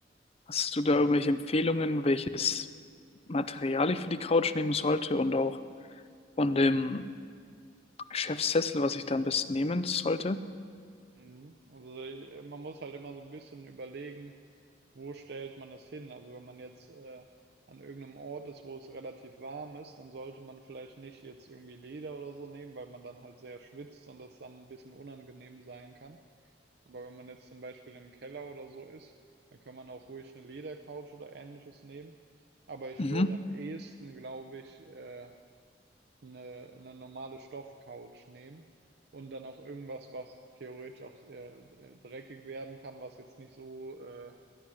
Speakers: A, on the left; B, on the right.
A: Hast du da
B: Mhm.
A: irgendwelche Empfehlungen, welches Material ich für die Couch nehmen sollte und auch von dem Chefsessel, was ich da am besten nehmen sollte?
B: Mhm. Also äh, man muss halt immer so ein bisschen überlegen, wo stellt man es hin. Also wenn man jetzt äh, an irgendeinem Ort ist, wo es relativ warm ist, dann sollte man vielleicht nicht jetzt irgendwie Leder oder so nehmen, weil man dann halt sehr schwitzt und das dann ein bisschen unangenehm sein kann. Aber wenn man jetzt zum Beispiel im Keller oder so ist, dann kann man auch ruhig eine Ledercouch oder ähnliches nehmen. Aber ich
A: Mhm.
B: würde am ehesten, glaube ich, äh, eine, eine normale Stoffcouch nehmen und dann auch irgendwas, was theoretisch auch äh, äh, dreckig werden kann, was jetzt nicht so äh,